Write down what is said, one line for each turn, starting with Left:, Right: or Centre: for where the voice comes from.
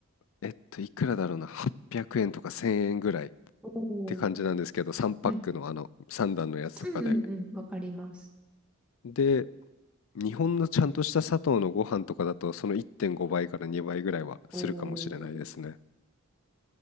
Left: えっと、いくらだろうな、800円とか1000円ぐらいっ
Centre: お
Left: て感じなんですけど、
Centre: ー
Left: 3パックのあの3段のやつとかで。
Centre: はい。うんうんうん。わかります。
Left: で、日本のちゃんとした佐藤のご飯とかだと、その1.5倍から2倍ぐらいはするかもしれないですね。
Centre: おー